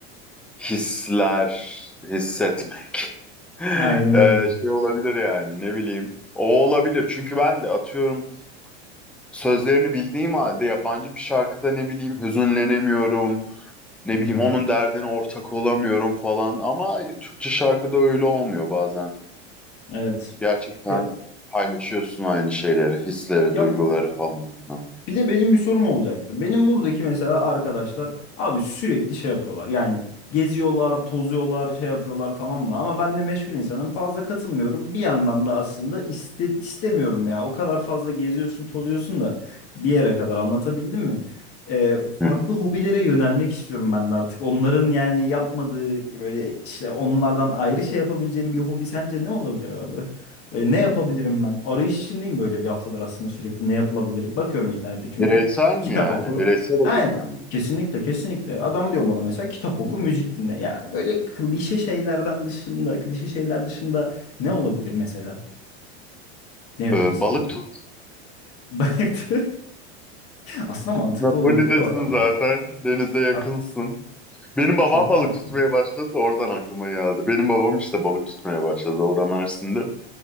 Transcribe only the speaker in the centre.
hisler hissetmek. <laughs>
Ee,
şey olabilir yani ne bileyim. O olabilir çünkü ben de atıyorum sözlerini bildiğim halde yabancı bir şarkıda ne bileyim hüzünlenemiyorum, ne
bileyim onun derdine ortak olamıyorum falan ama Türkçe şarkıda öyle olmuyor bazen.
Gerçekten
paylaşıyorsun aynı şeyleri, hisleri,
duyguları falan. Hı
hı.
Bireysel mi
yani?
Bireysel olarak
mı?
Hı.
Ee,
balık
tut.
<laughs>
Napoli'desin
zaten. Denize yakınsın.
Benim babam
balık
tutmaya başladı. da Oradan aklıma geldi. Benim babam işte balık tutmaya başladı. orada Mersin'de.